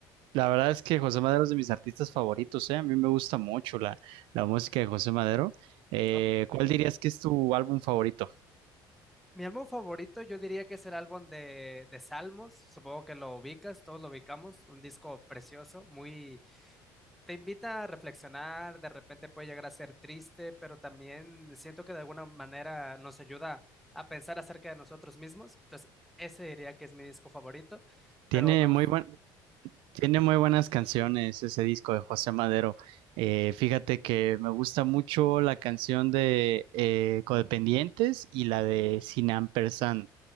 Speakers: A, on the right (about 75°); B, in the centre.
A: la verdad es que José Madero es de mis artistas favoritos, ¿eh? A mí me gusta mucho la, la música de José Madero. Eh,
B: Ah,
A: ¿cuál dirías que es tu álbum favorito?
B: Mi álbum favorito yo diría que es el álbum de, de Salmos. Supongo que lo ubicas, todos lo ubicamos. Un disco precioso, muy te invita a reflexionar, de repente puede llegar a ser triste, pero también siento que de alguna manera nos ayuda a pensar acerca de nosotros mismos. Entonces, ese diría que es mi disco favorito,
A: Tiene
B: pero me gusta.
A: muy buen, Tiene muy buenas canciones ese disco de José Madero. Eh, fíjate que me gusta mucho la canción de eh, Codependientes y la de Sin Ampersand.